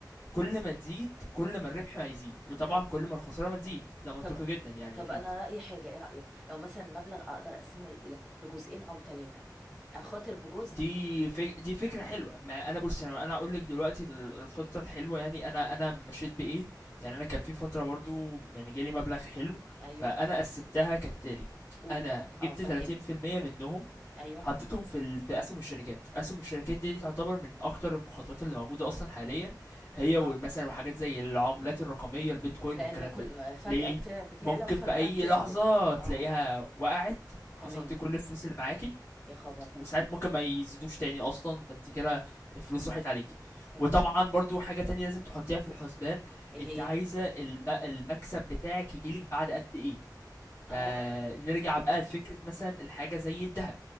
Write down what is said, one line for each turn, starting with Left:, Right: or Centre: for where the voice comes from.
Left: كل ما تزيد كل ما الربح ما يزيد وطبعا
Centre: طب
Left: كل ما الخسارة ما تزيد ده منطقي
Centre: طب
Left: جدا يعني
Centre: طب
Left: اكيد
Centre: انا رايي حاجه ايه رايك لو مثلا المبلغ اقدر اقسمه ل- لجزئين او ثلاثه اخاطر بجزء
Left: دي فك... دي فكرة حلوة ما انا بص انا انا اقول لك دلوقتي ال- الخطة الحلوة يعني انا انا مشيت بايه يعني انا كان في فترة برضو يعني جالي مبلغ حلو
Centre: ايوه
Left: فانا قسمتها كالتالي
Centre: قول
Left: انا
Centre: بقى
Left: جبت
Centre: اه فاهم
Left: 30% منهم
Centre: ايوه
Left: حطيتهم في ال... في اسهم الشركات اسهم الشركات دي تعتبر من اكتر المخاطرات اللي موجودة اصلا حاليا هي ومثلا
Centre: اه
Left: وحاجات زي العملات الرقمية البيتكوين
Centre: لان
Left: والكلام
Centre: كل
Left: ده
Centre: فجأة
Left: ليه
Centre: بتاع بتعلى
Left: ممكن
Centre: وفجأة
Left: في اي
Centre: بتنزل
Left: لحظة تلاقيها
Centre: اه
Left: وقعت خسرتي
Centre: تمام
Left: كل الفلوس اللي معاكي
Centre: يا خبر
Left: وساعات ممكن ما يزيدوش تاني اصلا فانت كده الفلوس راحت عليكي
Centre: تمام
Left: وطبعا برضو حاجة تانية لازم تحطيها في الحسبان
Centre: ايه
Left: انت
Centre: هي
Left: عايزة الم... المكسب بتاعك يجيلك بعد قد ايه فنرجع
Centre: اه
Left: بقى لفكرة مثلا الحاجة زي الذهب